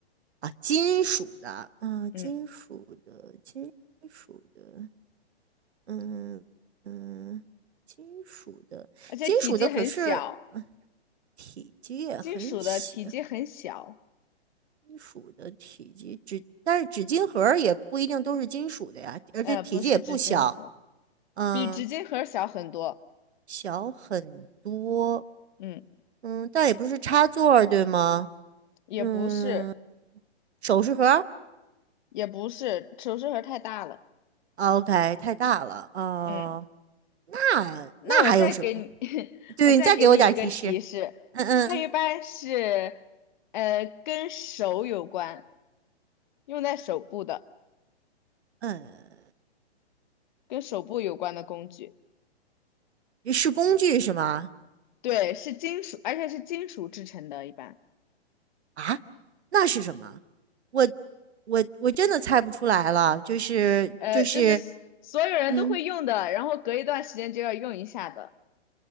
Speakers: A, on the right; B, on the left.
A: 啊，金属的，啊，
B: 嗯，
A: 金属的，金属的，嗯嗯，金属的，
B: 而且体积很小，
A: 金属的可是嗯体积也很小，
B: 金属的体积很小，
A: 金属的体积纸，但是纸巾盒也不一定都是金属的呀，而且体积也不小，
B: 呃，不是纸巾盒，
A: 嗯，
B: 比纸巾盒小很多。
A: 小很多，
B: 嗯，
A: 嗯，但也不是插座儿对吗？
B: 也不是，
A: 嗯，首饰盒
B: 也不是，首饰盒太大了。
A: o k 太大了，哦、
B: 嗯，
A: 那那还有什么？
B: 那我再给你，<laughs>
A: 对，
B: 我再给你一个提示，
A: 你再给我点儿提示，嗯嗯
B: 它一般是，呃，跟手有关，用在手部的，
A: 嗯，
B: 跟手部有关的工具。
A: 呃是工具是吗？
B: 对，是金属，而且是金属制成的，一般。
A: 啊，那是什么？我我我真的猜不出来了，就是就是，
B: 呃，就是所有人都会用的，
A: 嗯。
B: 然后隔一段时间就要用一下的，